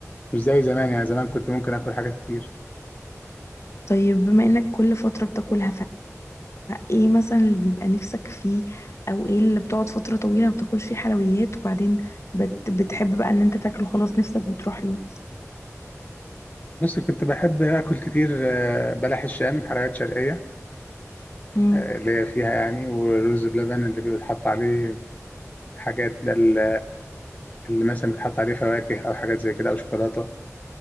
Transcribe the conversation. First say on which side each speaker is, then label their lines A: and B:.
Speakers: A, on the left (about 30°); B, on the left (about 60°).
A: مش زي زمان يعني زمان كنت ممكن اكل حاجات كتير
B: طيب بما انك كل فترة بتاكلها ايه مثلا اللي بيبقى نفسك فيه او ايه اللي بتقعد فترة طويلة ما بتاكلش فيه حلويات وبعدين بت بتحب بقى ان انت تاكله خلاص نفسك بتروح له
A: بس كنت بحب اكل كتير آه، بلح الشام حلويات شرقيه
B: امم
A: آه، اللي هي فيها يعني ورز بلبن اللي بيتحط عليه حاجات ده ال- اللي مثلا بيتحط عليه فواكه او حاجات زي كده او شوكولاته